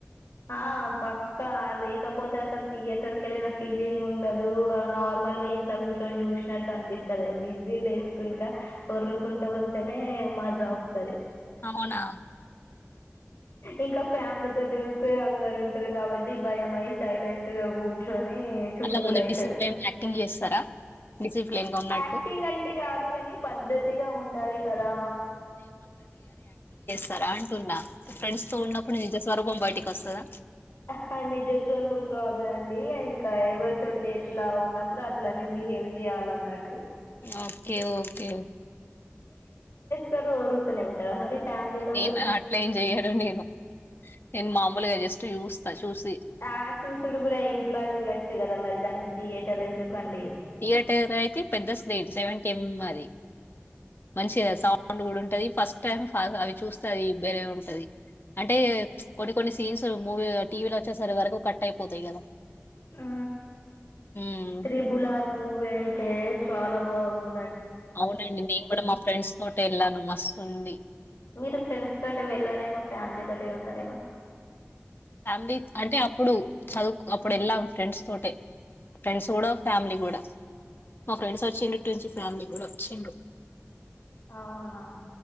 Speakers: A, on the left; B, on the left.
A: ఆ ప కా లేకపోతే అసలు థియేటర్ కెళ్ళిన ఫీలింగ్ ఉండదు ఆ నార్మల్ గ ఇంట్ల కూర్చొని చూసినట్టు అనిపిస్తది. విజిలేసుకుంట ఒర్రుకుంట వెళ్తేనే మజా వస్తది.
B: అవునా?
A: ఇంక ఫ్యామిలీ తోటెళ్తే, అందరు ఉంటరు కాబట్టి భయం అయి సైలెంట్ గా కూర్ ని చూసుడు
B: అట్లా ముందు
A: అయితది.
B: డిసిప్లిన్ యాక్టింగ్ చేస్తారా డిసిప్లిన్ గా ఉన్నట్టు
A: యాక్టింగ్ అంటే కాదు కని, పద్ధతిగా ఉండాలి కదా.
B: త్తరా అంటున్న. ఫ్రెండ్స్ తో ఉన్నప్పుడు, నిజ స్వరూపం బయటిక్ వస్తదా?
A: అహా, నిజ స్వరూపం కాదు అండి. ఇంకా ఎవరి తోటి ఎట్లా ఉన్నప్పుడు, అట్లనే బిహేవ్ చేయాలన్నట్
B: ఓకే ఓకే.
A: తరు ఒర్రుతనే ఉంటరా మరి? ఫ్యామిలీలో
B: నేనా?
A: కూడా
B: అట్లెం చెయ్యను నేను. నేను మామూలుగ జస్ట్ చూస్తా, చూస్
A: ఆ చూసుడు కూడ ఇంట్ల చూడచ్చు కద మరి, దానికి థియేటర్ ఎందుకు అండి?
B: థియేటర్ అయితే పెద్ద స్క్రీన్ సెవెంటీ ఎం ఎం అది. మంచిగ సౌండ్ కూడ ఉంటంది. ఫస్ట్ టైమ్ ఆ అవి చూస్తే అది బేరే ఉంటది. అంటే కొన్ని కొన్ని సీన్స్ మూవీ టీవీలో వచ్చేసర్ వరకు కట్ అయిపోతయి కదా.
A: ఆ,
B: ఉమ్,
A: త్రిబులర్ మూవీ అయితే చాల బాగుంద్
B: అవునండి, నేను కూడ మా ఫ్రెండ్స్ తోటెళ్ళాను మస్ తుంది.
A: మీరు ఫ్రెండ్స్ తోటి వెళ్లారేమో? ఫ్యామిలీ తోటి ఎళ్తరేమో?
B: ఫ్యామిలీ అంటే, అప్పుడు చదువుక్ అప్పుడు ఎళ్ళాం ఫ్రెండ్స్. తోటే, ఫ్రెండ్స్ కూడా ఫ్యామిలీ కూడా. మా ఫ్రెండ్స్ వచ్చిన్రు ఇటునుంచి ఫ్యామిలీ కూడా వచ్చిన్రు.
A: అవునా